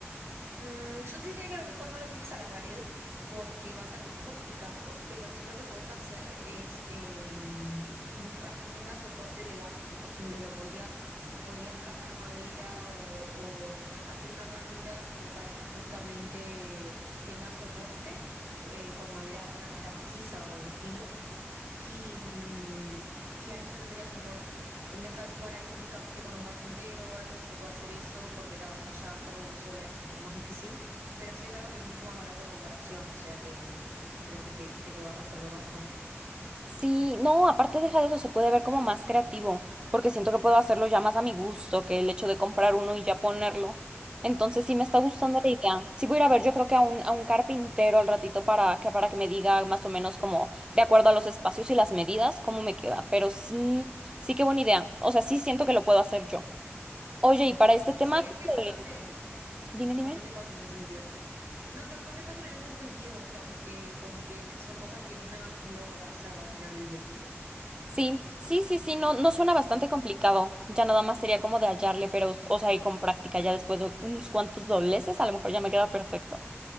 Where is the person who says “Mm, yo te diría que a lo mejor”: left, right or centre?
Right